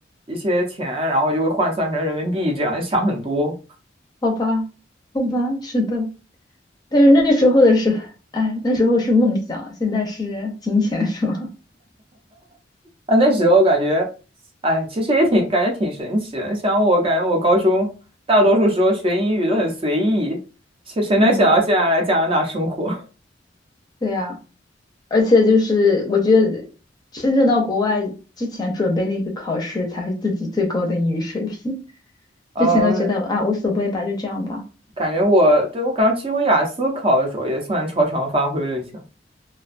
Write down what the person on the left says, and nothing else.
好吧，好吧，是的，但是那时候的是，哎，那时候是梦想，现在是金钱，是吗？
嗯，对呀、而且就是我觉得真正到国外之前准备那个考试才是自己最高的英语水平，
之前都觉得啊无所谓吧，就这样吧，